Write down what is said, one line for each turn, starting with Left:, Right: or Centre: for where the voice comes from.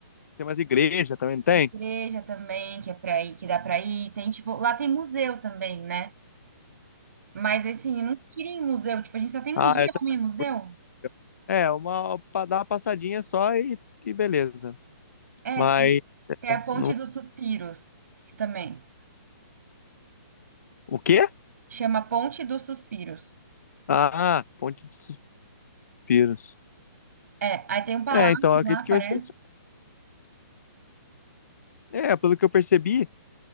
Left: Tem mais igreja também, não tem?
Right: igreja também, que é pra ir, que dá pra ir. Tem, tipo, lá tem museu também, né? Mas, assim, eu não queria ir em museu. Tipo, a gente só tem
Left: Ah,
Right: um dia
Left: eu também.
Right: pra ir em museu.
Left: curto. É, uma, pra dar uma passadinha só e, e beleza.
Right: É,
Left: Mas,
Right: tem, tem a Ponte
Left: não...
Right: dos Suspiros, que também
Left: o quê?
Right: chama Ponte dos Suspiros.
Left: Ah, Ponte de Suspiros.
Right: É, aí tem um palácio
Left: É, então, eu acredito
Right: lá, parece.
Left: que vai ser isso. É, pelo que eu percebi,